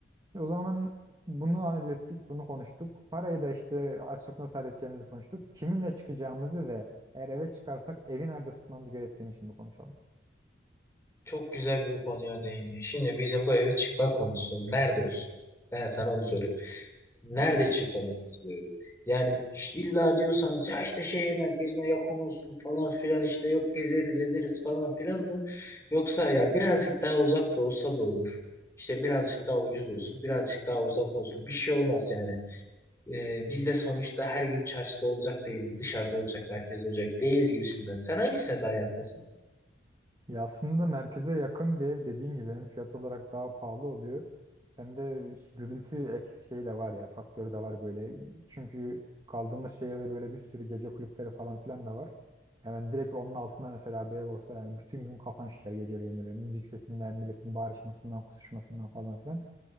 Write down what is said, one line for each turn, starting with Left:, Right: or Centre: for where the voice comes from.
Right: O zaman bunu hallettik, bunu konuştuk. Parayı da işte az çok nasıl halledeceğimizi konuştuk. Kiminle çıkacağımızı ve eğer eve çıkarsak evi nerede tutmamız gerektiğini şimdi konuşalım.
Left: Çok güzel bir konuya değindin. Şimdi bizim bu eve çıkma konusu nerede olsun? Ben sana onu soruyorum. Nerede
Right: Hı hı.
Left: çıkalım biz bu evi? Yani ş- illa diyorsanız ya işte şehir merkezine yakın olsun falan filan işte yok gezeriz ederiz falan filan mı? Yoksa ya birazcık daha uzak da olsa da olur. İşte birazcık daha ucuz olsun, birazcık daha uzak olsun. Bir şey olmaz yani. Ee, biz de sonuçta her gün çarşıda olacak değiliz, dışarıda olacak, merkezde olacak değiliz gibisinden. Sen hangisine daha yakınsın?
Right: Ya aslında merkeze yakın bir ev dediğin gibi hem fiyat olarak daha pahalı oluyor hem de iş- gürültü eksi şeyi de var ya faktörü de var böyle. Çünkü kaldığımız şehirde böyle bir sürü gece kulüpleri falan filan da var. Yani direkt onun altında mesela bir ev olsa yani bütün gün kafan şişer geceleyin böyle müzik sesinden, milletin bağırışmasından, kusuşmasından falan filan.